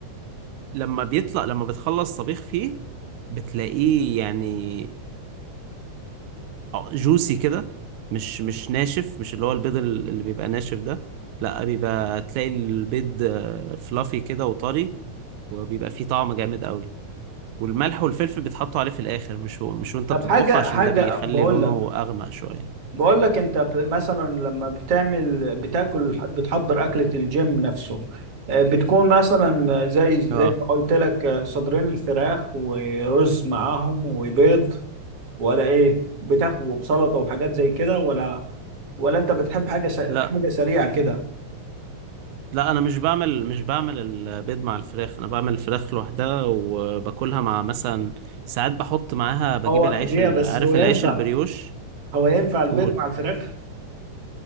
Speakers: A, on the right; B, on the right.
A: لما بيطلع لما بتخلص طبيخ فيه بتلاقيه يعني جوسي كده مش مش ناشف مش اللي هو البيض ال- اللي بيبقى ناشف ده لا بيبقى تلاقي البيض فلافي كده وطري وبيبقى فيه طعم جامد قوي والملح والفلفل بيتحطوا عليه في الاخر مش هو مش وانت
B: طب
A: بتطبخه
B: حاجه
A: عشان
B: حاجه
A: ده بيخلي
B: بقول
A: لونه
B: لك
A: اغمق شويه
B: بقول لك انت ب- مثلا لما بتعمل بتاكل بتحضر اكلة الجيم نفسه آه، بتكون مثلا زي زي
A: اه
B: ما قلت لك آه، صدرين الفراخ ورز معاهم وبيض ولا ايه بتاخد وسلطة وحاجات زي كده ولا ولا انت بتحب حاجة س... حاجة
A: لا
B: سريعة كده
A: لا انا مش بعمل مش بعمل البيض مع الفراخ انا بعمل الفراخ لوحدها وباكلها مع مثلا ساعات بحط معاها بجيب
B: هو
A: العيش
B: دي
A: ال-
B: بس
A: عارف
B: هو ينفع
A: العيش البريوش
B: هو ينفع البيض
A: قول
B: مع الفراخ